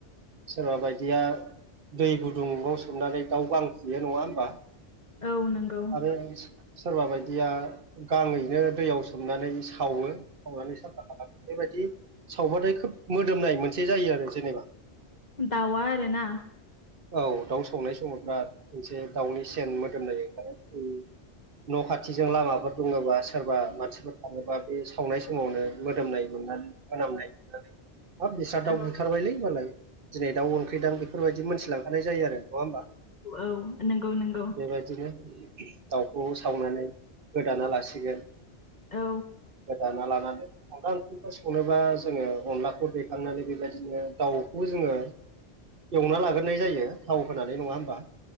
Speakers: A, on the right (about 55°); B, on the left (about 40°).
A: सोरबा बायदिया दै गुदुंङाव सोमनानै दाउ गां खुयो नङा होमबा?
B: औ नंगौ
A: आरो सोरबा बायदिया गाङैनो दैयाव सोमनानै सावो सावनानै साफा खालामो बेबायदि <unintelligible> सावबाथाय खोब मोदोमनाय मोनसे जायो आरो जेनेबा
B: दावा आरो ना
A: औ दाउ सावनाय समाव बिराद मोनसे दाउनि सेन मोदोमनाय ओंखार <unintelligible> न' खाथिजों लामाफोर दङोबा सोरबा मानसिफोर थाङोबा बे सावनाय समावनो मोदोमनाय <unintelligible>
B: <inaudible>
A: हाब बिस्रा दाउ
B: औ
A: बुथारबायलै मालाय दिनै दाउ ओंख्रिदां बेफोरबायदि मोनथिलांखानाय जायो आरो नङा होमबा?
B: औ नोंगौ नोंगौ
A: बेबायदिनो दाउखौ सावनानै गोदाना लासिगोन।
B: औ
A: गोदाना लाना अनला ओंख्रिफोर संनोबा जोङो अनलाखौ दैखांनानै बेबायदिनो दाउखौ जोङो एवना लाग्रोनाय जायो थाव होनानै नङा होमबा